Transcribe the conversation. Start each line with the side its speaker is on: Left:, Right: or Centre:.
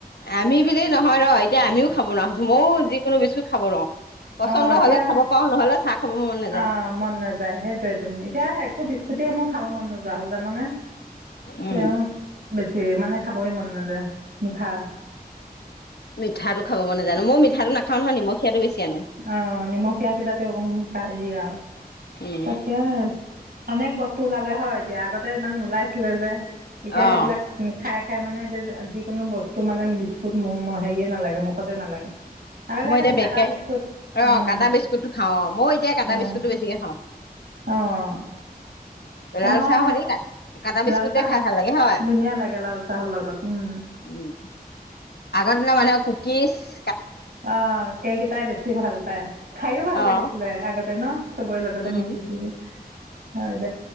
Left: আমি বিলি নহয় ন এতিয়া আমিও খাব নোৱাও হৈছোঁ মইও যিকোনো বিস্কুত খাব নুৱাও। পচন্দ
Right: অঁ এতিয়া
Left: হলে খাব পাৰো। নহলে চাহ খাব মন নাযায়
Right: অ মন নাযায়, সেইটোৱেটো। এতিয়া একো বিস্কুটে মোৰ খাব মন নোযোৱা হ'ল জাননে।
Left: উম
Right: তেওঁ বেছি মানে খাবই মন নাযায়। মিঠা
Left: মিঠাটো খাব মন নাযায়, মই ও মিঠা নাখাওঁ নহয় নিমখিয়াটো বেছি আনো।
Right: অহ নিমখীয়া কেইটাতে অকন পাৰি আও।
Left: উম
Right: তাকে অনেক বস্তু ওলালে হয় এতিয়া। আগতে ইমান নোলাইছিলে যে। এতিয়া
Left: অ'
Right: সেইবিলাক খাই খাই মানে এতিয়া যিকোনো বস্তু মানে বিস্কুত হেৰিয়ে নালাগে মুখতে নালাগে। আগতে
Left: মই
Right: খালি
Left: এতিয়া বেকাই
Right: কাতা বিস্কুট,
Left: অ'
Right: উম।
Left: কাটা বিস্কুটটো খাওঁ অ' মই এতিয়া কাটা
Right: অহ,
Left: বিস্কুটটো বেছিকে খাওঁ
Right: অহ।
Left: লাল
Right: আমাৰ
Left: চাহৰ
Right: সে
Left: সৈতে কাটা বিস্কুটে
Right: লাল চাহ
Left: খাই ভাল লাগে হয়
Right: ধুনীয়া লাগে, লাল চাহৰ লগত। উম।
Left: উম, আগৰ দিনৰ মানুহে কুকিছ
Right: অ এইকেইটাই বেছি ভাল পায়, খাইও ভাল
Left: অ'
Right: লাগিছিলে আগতে ন। চবৰে লগতে
Left: উম
Right: মিলিছিলে। আ